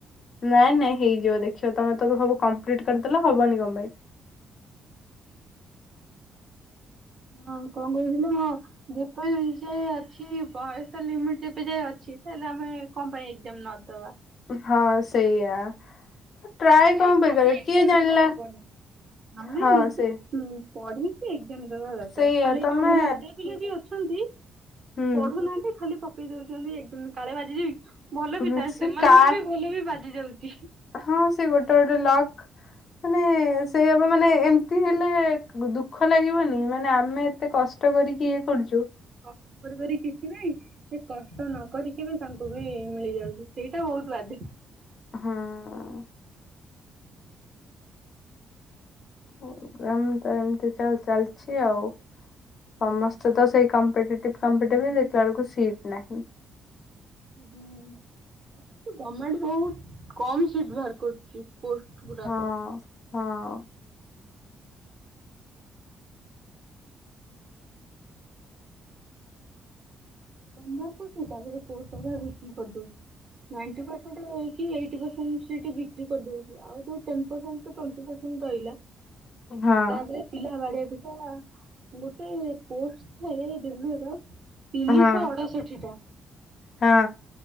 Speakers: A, on the left; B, on the right.
A: ନାଇଁ ନାଇଁ ହେଇଯିବ ଦେଖିବ ତମେ ତ ସବୁ କମ୍ପ୍ଲିଟ୍ କରିଦେଲେ ହବନି କଣ ପାଇଁ।
B: ହଁ କଁ କହୁଥିଲୁ ମୁଁ ଯେକେନ୍ ଯାଏ ଅଛି ବୟସ ଲିମିଟ ଯେବେ ଯାଏ ଅଛି ତାହେଲେ ଆମେ କଣ ପାଇଁ ଏକ୍ଜାମ ନଦବା।
A: ହଁ ସେଇଆ। ଟ୍ରାଏ
B: ନିଜେ
A: କଣ ପାଇଁ
B: ଖାଲି
A: କରିବ କିଏ
B: ଏମ
A: ଜାଣିଲା
B: ଦେଲେ ହବନି ଆମେ
A: ହଁ
B: ନିଜେ
A: ସେ
B: ପଢିକି ଏଜାମ ଦବା ଦରକାର
A: ସେଇଆ
B: ଖାଲି
A: ତମେ
B: ଯୋଉମାନେ ଅଧ ପିଲା ବି ଅଛନ୍ତି।
A: ହୁଁ
B: ପଢୁନାହାନ୍ତି ଖାଲି ପକେଇ ଦଉଚନ୍ତି ଏକ ଦିନ କାଳେ ବାଜିଯିବ କି। ଭଲ
A: ହୁଁ
B: ବିିଥାଏ
A: ସେ
B: ସେମାନଙ୍କର
A: କା
B: ବି ଭଲ ବି ବାଜି ଯାଉଚି।
A: ହଁ ସେ ଗୋଟେ ଗୋଟେ ଲକ୍ ମାନେ ସେଇଆ ପା ମାନେ ଏମତି ହେଲେ ଦୁଃଖ ଲାଗିବନି ମାନେ ଆମେ ଏତେ କଷ୍ଟ କରିକି ଇଏ କରୁଚୁ।
B: କଷ୍ଟ କରି କରି କିଛି ନାଇଁ। ସେ କଷ୍ଟ ନକରିକି ବି ତାଙ୍କୁ ବି ମିଳିଯାଉଚି ସେଇଟା ବୋହୁତ ବାଧେ।
A: ହଁ। ହୋଉ ଆମେ ତ ଏମତି ଚା ଚାଲିଚି ଆଉ। ସମସ୍ତେ ତ ସେଇ କମ୍ପିଟିଭ କମ୍ପିଟିଭ ଦେଖିଲା ବେଳକୁ ସିଟ୍ ନାହିଁ।
B: ହୁଁ ଗମେଣ୍ଟ ବହୁତ କମ ସିଟ ବାହାର କରୁଚି ପୋଷ୍ଟ ଗୁଡାକ
A: ହଁ ହଁ।
B: ତମର କୋଉଠି ତମରତ ତାପରେ କୋ କ <unintelligible> କରିଦଉଚି। ନାଇଣ୍ଟି ପରସେଣ୍ଟ କି ଏଇଟି ପ୍ପର୍ସେଣ୍ଟ ସାଟ୍ ବିକ୍ରି କରିଦଉଛି ଆଉ ଜଉ ten percent to twenty percent କଣ କହିଲା
A: ହଁ
B: ତା ପରେ ପିଲା ବାଡିଆ ପିଟା ଗୋଟେ ପୋଷ୍ଟ ଥାଏ ଡ୍ୟୁନର ତିନିହ
A: ହଁ
B: ଅଡଷଠି ଟା।
A: ହଁ।